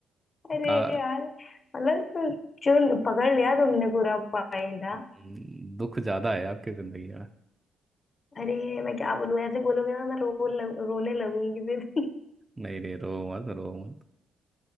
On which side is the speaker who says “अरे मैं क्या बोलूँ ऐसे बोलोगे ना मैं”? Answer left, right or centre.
Left